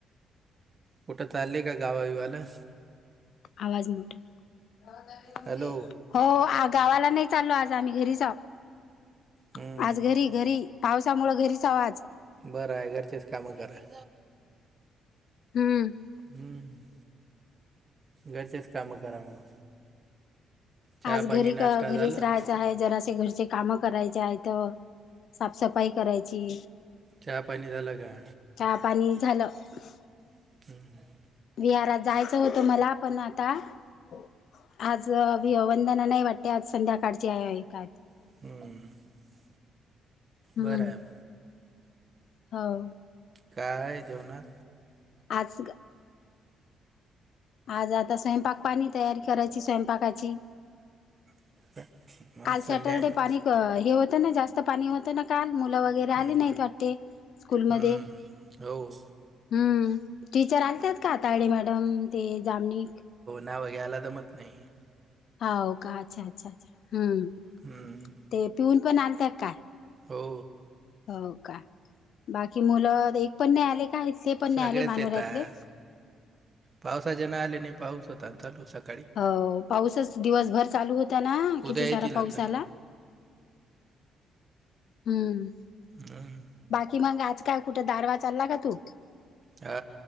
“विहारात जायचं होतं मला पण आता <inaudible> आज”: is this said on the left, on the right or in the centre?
Left